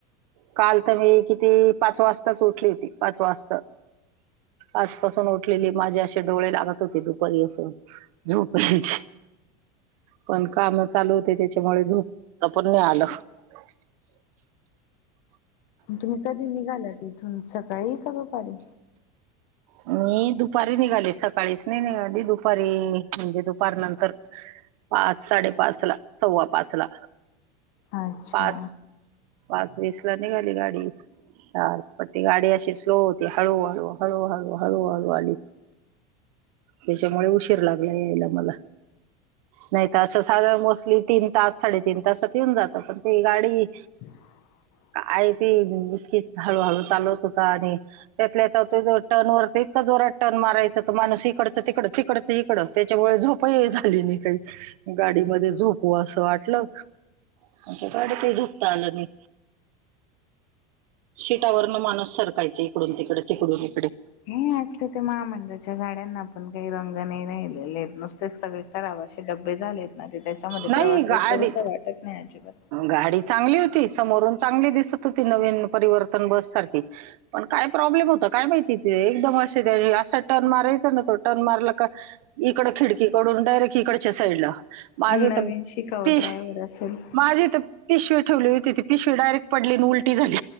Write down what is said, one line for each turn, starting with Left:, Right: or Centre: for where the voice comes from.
Right: काल तर मी किती पाच वाजताच उठली होती पाच वाजता आजपासून उठलेली माझे असे डोळे लागत होते दुपारी असून झोपयची पण काम चालू होते त्याच्यामुळे झोपत पण नाही आलं हो <unintelligible>
Left: तुम्ही कधी निघाला तिथून सकाळी का दुपारी...
Right: मी दुपारी निघाले सकाळीच नाही निघाली दुपारी म्हणजे दुपार नंतर.... पाच साडेपाच ला सव्वा पाच ला...
Left: अच्छा...
Right: पाच पाच वीस ला निघाली गाडी.. चार पण ते गाडी अशी स्लो होती. हळूहळू हळूहळू हळूहळू आली. त्याच्यामुळे उशीर लागला यायला मला... नाहीत असं साध मोस्टली तीन तास साडेतीन तासात येऊन जात पण ते गाडी.....
Left: <unintelligible>
Right: आहे ती इकीच हळू हळू चालवत होता आणि त्यातल्या आो टर्न वरती का... न मारयचं त माणस इकडच तिकड तकडच इकडच त्याच्यामुळे झोपही झाली नाही काही.... गाडी मध्ये झोपव असं वाटलं आ गाडी ते झोपता आलं नाही. शीटावर न माणूस सरकायचा इकडून तिकड तिकडून इकडे.....
Left: हे आजका ते महामंडळाच्या गाड्यांना.... पण काही रंग नाही राहिलेले आहेत नुसते सगळे कराब असे डबे झाले आहेत ना ते त्याच्यामध्ये
Right: नाही
Left: प्रवास....
Right: गाडी
Left: रस वाटत नाही अजिबात...
Right: गाडी... समोरून चांगली दिसत होती नवीन परिवर्तन बस सारखी पण काय प्रॉब्लेम होत काय माहिती... एकदम अस असा टर्न मारायचं ना तो.... टर्न मारला का इकड खिडकीकडून डायरेक्ट इकडच्या साईडला.... माझी
Left: नवीन
Right: तर
Left: शिकाऊ
Right: पि
Left: ड्रायव्हर असेल,
Right: माझी तर पिशव... ठेवली होती ती पिशवी डायरेक्ट पडली उलटी झाली